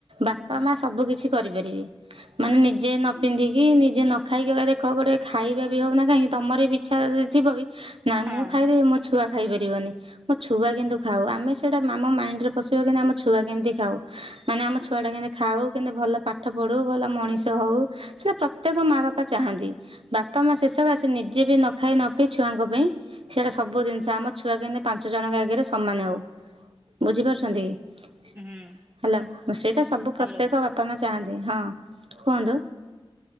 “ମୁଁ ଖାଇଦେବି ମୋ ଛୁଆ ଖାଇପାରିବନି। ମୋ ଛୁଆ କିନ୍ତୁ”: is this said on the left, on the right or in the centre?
Right